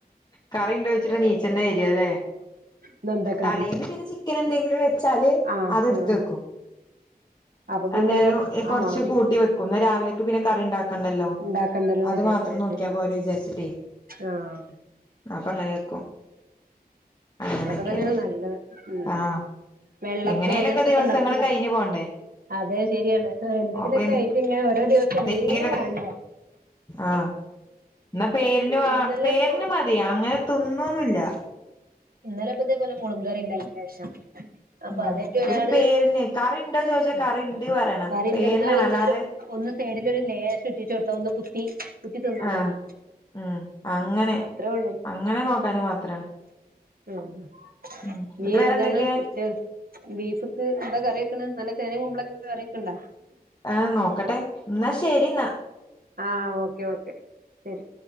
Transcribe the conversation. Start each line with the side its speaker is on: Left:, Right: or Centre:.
Left: കറിയുണ്ടോയ്ച്ചിട്ട നീച്ചന്നെ വരല്ലേ
Right: ഇന്നെന്താ കറി
Left: തലേന്ന് പിന്നെ ചിക്കന് ന്തെങ്കിലും വെച്ചാല്
Right: ആഹ്
Left: അതെട്ത്തക്കും
Right: ആഹ് അപ്പൊ പിന്നെ
Left: എന്തേലും എ കൊറ്ച്ച്
Right: ആഹ്
Left: കൂട്ടി വെക്കും ന്ന രാവിലെക്ക് പിന്നെ കറിണ്ടാക്ക് കണ്ടല്ലോ
Right: ഉണ്ടാക്കണ്ടല്ലോന്ന്
Left: അത്
Right: വിചാരിച്ച്
Left: മാത്രം നോക്കിയാ
Right: ശരിയാണ്
Left: പോരേചാരിച്ചിട്ടൈ
Right: ആഹ്
Left: അപ്പൊങ്ങനെ വെക്കും അങ്ങനൊക്കെ
Right: ഒക്കെതന്നേണ് നല്ലത് ഉം
Left: ആഹ്
Right: വെള്ളപ്പം
Left: എങ്ങനേലൊക്കെ
Right: ങ്ങനത്തൊക്കെ
Left: ദിവസങ്ങള്
Right: ഉണ്ടാക്കൂല
Left: കഴിഞ്ഞ് പോണ്ടേ
Right: അതെ ശരിയാണ് അഹ് എന്തെങ്കിലൊക്കായിറ്റം
Left: അപ്പൊ
Right: ഇങ്ങനെ <unintelligible> ദിവസം
Left: എന്തെങ്കിലൊക്കെ
Right: എന്തേങ്കിലും വേണ്ടെ
Left: ആഹ് ന്നാ പേരിന് വാ
Right: ഇന്നലെ
Left: പേരിന്
Right: ഇപ്പോ
Left: മതി അങ്ങനെതിന്നൊന്നില്ലാ
Right: ഇന്നലെപ്പതേപോലെ മൊളംകറിണ്ടാകിയശേഷം അപ്പൊ
Left: ആഹ്
Right: അതേറ്റൊരാള്
Left: ഒരു പേരിന് കറി ഇണ്ടോ ചോദിച്ചാ
Right: മ്
Left: കറി ഇണ്ട് പറയണം
Right: കരല്ലാന്നാന്നൊരു
Left: പേരിനാണ് അല്ലാതെ
Right: ഒന്ന് സൈഡിലൊരുലേശൊറ്റിച്ചൊടുത്ത ഒന്ന് കുത്തി കുത്തിതിന്നാ
Left: ആഹ്
Right: മതി
Left: ഉം അങ്ങനെ
Right: അത്രേ ഉള്ളൂ
Left: അങ്ങനെ നോക്കാന് മാത്രാണ്
Right: മ്
Left: ഉം എന്നിട്ട്
Right: നീ
Left: വേറെന്തൊക്കെ
Right: എന്താണ് ഉച്ചേ ബീഫ്ക്ക് എന്താ കറെക്ക്ണ് നല്ല ചേനേം കുമ്പളങ്ങകറിയക്കണ്ടാ
Left: ആ നോക്കട്ടെ ന്നാശരിന്നാ
Right: ആ ഓക്കെ ഓക്കെ ശരി